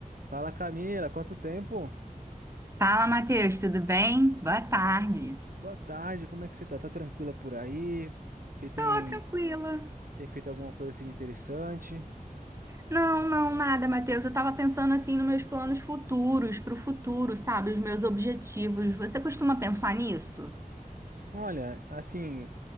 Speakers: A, on the right; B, on the right.
A: Fala Camila, quanto tempo?
B: Fala, Matheus, tudo bem? Boa tarde.
A: Boa tarde, como é que você tá? Tá tranquila por aí? Você tem,
B: Tô tranquila.
A: tem feito alguma coisa assim de interessante?
B: Não, não, nada, Matheus. Eu tava pensando assim nos meus planos futuros, pro futuro, sabe? Os meus objetivos. Você costuma pensar nisso?
A: Olha, assim,